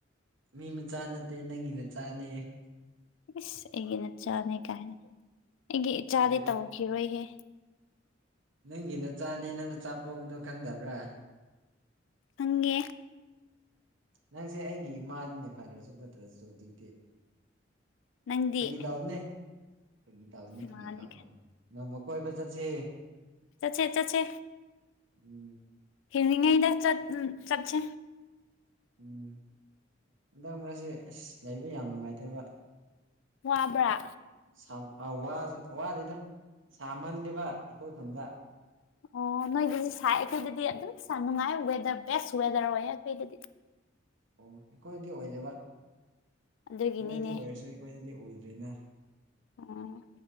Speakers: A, on the right; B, on the left.
A: ꯃꯤ ꯃꯆꯥ ꯅꯠꯇꯦ ꯅꯪꯒꯤ ꯅꯆꯥꯅꯦ꯫
B: ꯏꯁ ꯑꯩꯒꯤ ꯅꯆꯥꯅꯦ ꯀꯥꯏꯅ ꯑꯩꯒꯤ ꯏꯆꯥꯗꯤ
A: ꯑꯦ
B: ꯇꯧꯈꯤꯔꯣꯏꯍꯦ꯫
A: ꯅꯪꯒꯤ ꯅꯆꯥꯅꯤ꯫ ꯅꯪꯅ ꯅꯆꯥ ꯄꯣꯛꯄꯗꯣ ꯈꯪꯗꯕ꯭ꯔꯥ?
B: ꯈꯪꯉꯦ꯫
A: ꯅꯪꯁꯦ ꯑꯩꯒꯤ ꯏꯃꯥꯅꯤꯅꯦ ꯐꯔꯁꯨ ꯐꯠꯇ꯭ꯔꯁꯨ ꯍꯧꯖꯤꯛꯇꯤ꯫
B: ꯅꯪꯗꯤ
A: ꯐꯒꯤ ꯇꯧꯕꯅꯦ꯫ ꯐꯒꯤ ꯇꯧꯕꯅꯦ ꯐꯒꯤ
B: ꯃꯥꯅꯤ
A: ꯇꯧꯕꯅꯦ ꯅꯣꯡꯃ ꯀꯣꯏꯕ ꯆꯠꯁꯦ꯫
B: ꯆꯠꯁꯦ ꯆꯠꯁꯦ꯫
A: ꯎꯝ꯫
B: ꯍꯤꯡꯂꯤꯉꯩꯗ ꯆꯠ ꯎ ꯆꯠꯁꯦ꯫
A: ꯎꯝ ꯍꯟꯗꯛ ꯃꯔꯛꯁꯦ ꯑꯁ ꯂꯩꯕ ꯌꯥꯝ ꯅꯨꯡꯉꯥꯏꯇꯦꯕ꯫
B: ꯋꯥꯕ꯭ꯔꯥ
A: <inaudible> ꯁꯥꯝ ꯑ ꯋꯥꯁ ꯋꯥꯗꯦꯗ ꯁꯥꯃꯜꯂꯦꯕ ꯑꯩꯈꯣꯏ ꯈꯨꯟꯗ꯫
B: ꯑꯣ ꯅꯣꯏꯗꯗꯤ ꯁꯥꯏ ꯑꯩꯈꯣꯏꯗꯗꯤ ꯑꯗꯨꯝ ꯁꯥ ꯅꯨꯡꯉꯥꯏ ꯋꯦꯗꯔ ꯕꯦꯁ ꯋꯦꯗꯔ ꯑꯣꯏꯌꯦ ꯑꯩꯈꯣꯏꯗꯗꯤ꯫
A: ꯑꯣ ꯑꯩꯈꯣꯏꯗꯤ ꯑꯣꯏꯗꯕ
B: ꯑꯗꯨꯒꯤꯅꯤꯅꯦ
A: ꯅꯣꯏꯗꯤ ꯑꯣꯏꯔꯁꯨ ꯑꯩꯈꯣꯏꯗꯗꯤ ꯎꯗ꯭ꯔꯦꯅ꯫
B: ꯑꯣ꯫